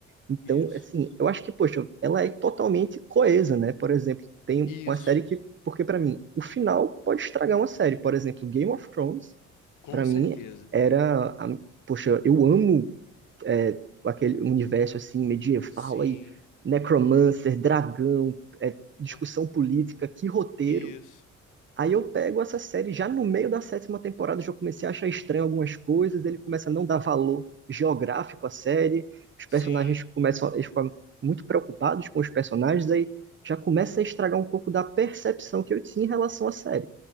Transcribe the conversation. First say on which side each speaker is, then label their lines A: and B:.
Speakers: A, on the right (about 40°); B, on the left (about 80°).
A: Então,
B: isso.
A: assim, eu acho que, poxa, ela é totalmente coesa, né? Por exemplo, tem
B: Isso,
A: uma série que, porque pra mim, o final pode estragar uma série. Por exemplo, Game of Thrones,
B: com
A: pra
B: certeza.
A: mim, era, a- poxa, eu amo é, aquele universo assim medieval
B: Sim,
A: aí, necromancer, dragão, é, discussão
B: ah,
A: política, que roteiro.
B: isso.
A: Aí eu pego essa série já no meio da sétima temporada, já comecei a achar estranho algumas coisas, ele começa a não dar valor geográfico à série, os personagens
B: Sim.
A: começam, eles ficam muito preocupados com os personagens, aí já começa a estragar um pouco da percepção que eu tinha em relação à série.